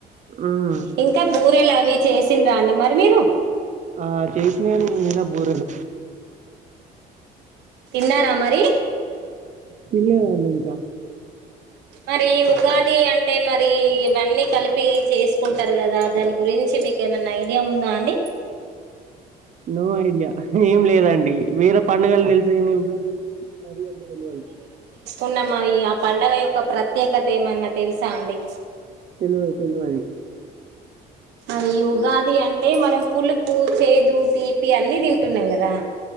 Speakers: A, on the right; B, on the right.
A: హ్మ్
B: ఇంక బూరెలు అవి చేసి తినరా అండి మరి మీరు
A: ఆ చేసినంలే నిన్న బూరెలు
B: తిన్నారా మరి
A: పిల్లదడికా
B: మరి ఉగాది అంటే మరి ఇవన్నీ కలిపి చేసుకుంటారు కదా దాని గురించి మీకు ఏమైనా ఐడియా ఉందా అండి
A: నో ఐడియా ఏం లేదండి వేరు పండగల్ తెలుసు గని ఉగాది అంటె మరీ అంత తెల్వదు
B: ఉన్నమా ఇగ ఆ పండగ యొక్క ప్రత్యేకత ఏమన్నా తెలుసా అండి
A: తెల్వదు తెల్వదు
B: అది ఉగాది అంటే మనం పులుపు చేదు తీపి అన్ని తింటున్నాం కదా